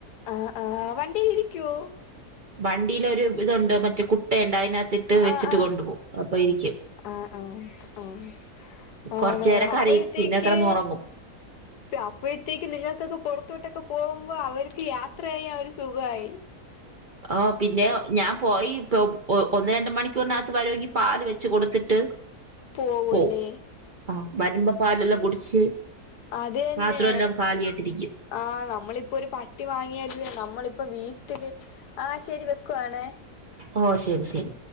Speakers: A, on the left; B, on the right.
A: ആഹ് ആഹ് വണ്ടിൽ ഇരിക്കുവോ?
B: വണ്ടിയിലൊ ഒരു ഇതുണ്ട് മറ്റേ കുട്ട ഉണ്ട് അതിനകത്തി ഇട്ട് വെച്ചിട്ട്
A: ആഹ് ആഹ്
B: കൊണ്ടുപോ അപ്പൊ ഇരിക്കും
A: ആഹ് ആഹ് ആഹ് ആണോ
B: കൊറച്ചു നേരം
A: അപ്പോഴത്തേക്ക്
B: കരയും പിന്നെ കടന്ന്ുറങ്ങും
A: അപ്പോഴത്തേക്ക് നിങ്ങൾക്കൊക്കെ പുറത്തോട്ടൊക്കെ പോകുമ്പോ അവർക്ക് യാത്ര ചെയ്യ അവര് സുഖമായി
B: ആഹ് പിന്നെ ഞാൻ പോയി ഇപ്പൊ ഒന്ന് രണ്ട് മണിക്കൂറിനകത്ത് വരുമെങ്കി പാല് വെച്ച് കൊടുത്തിട്ട്
A: പോവൂല്ലേ
B: പോവും ആ വരുമ്പ പാലെല്ലാം കുടിച്ച്
A: അതന്നെ
B: പാത്രമെല്ലാം കാലിയായിട്ടിരിക്കും.
A: ആഹ് നമ്മളിപ്പോ ഒരു പട്ടി വാങ്ങിയരിക്ക നമ്മളിപ്പ വീട്ടില് ആഹ ശരി വെക്കുവാണേ
B: ഓ ശരി ശരി